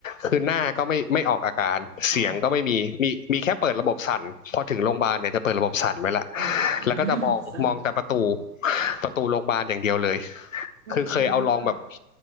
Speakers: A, on the left; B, on the right.
A: คือหน้าก็ไม่ไม่ออกอาการ เสียงก็ไม่มีมี
B: อ๋อ
A: มีแค่เปิดระบบสั่นพอถึงโรงพยาบาลเนี่ยจะเปิดระบบสั่นไว้ละ
B: เออเออเออระบบสั่น
A: แล้วก็จะมองมองแต่ประตูประตูโรงพยาบาลอย่างเดียวเลย
B: มัน
A: คือเคยเอาลองแบบ
B: ละ